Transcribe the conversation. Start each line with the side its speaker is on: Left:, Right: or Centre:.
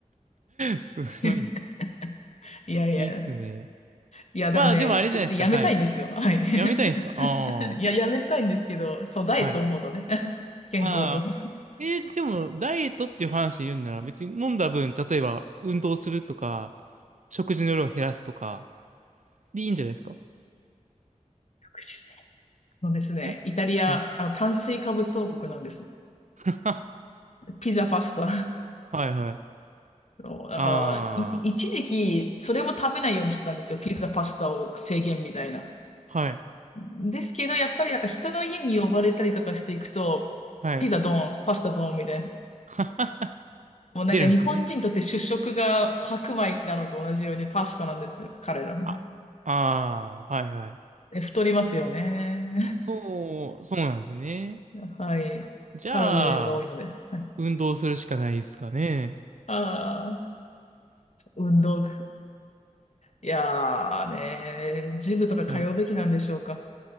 Right: すごいね。
Left: <laughs> いやいや、
Right: いいっすね。
Left: いや、
Right: まあ、
Left: でもね、
Right: でもあれじゃないですか。
Left: ちょっとやめたいんですよ。
Right: はい。
Left: はい。<laughs>
Right: やめたいんですかあ
Left: いや、やめたいんですけど、そう、ダイエットを思うとね、
Right: あー。はい。
Left: <laughs> 健康と。
Right: ああ。
Left: <laughs>
Right: えーでも、ダイエットっていう話で言うんなら、別に飲んだ分、例えば、運動するとか、食事の量を減らすとか、でいいんじゃないですか
Left: 福祉のですね。
Right: えはい。
Left: イタリア、あの、炭水化物王国なんですね。
Right: <laughs>
Left: ピザ、パスタ。
Right: はいはい。
Left: <laughs> そうだから、
Right: あ
Left: い、一時期、それも食べないようにしてたんですよ。ピザ、パスタを制限みたいな。
Right: あ。はい。
Left: ですけど、やっぱりなんか人の家に呼ばれたりとかしていくと、
Right: はい。
Left: ピザドン、パスタドンみたいな。
Right: <laughs>
Left: もうなんか日本人にとって主食が白米なのと同じようにパスタなんですよ。
Right: 出るんですね。
Left: 彼ら。
Right: あ、ああ、はいはい。
Left: え太りますよね。
Right: そう、そうなんですね。
Left: <laughs> はい。
Right: じゃあ、
Left: カロリーの量が多いので。はい、
Right: 運動するしかないですかね。
Left: ああ、運動。いやーねー、ジムとか通うべきなんでしょうか。
Right: はい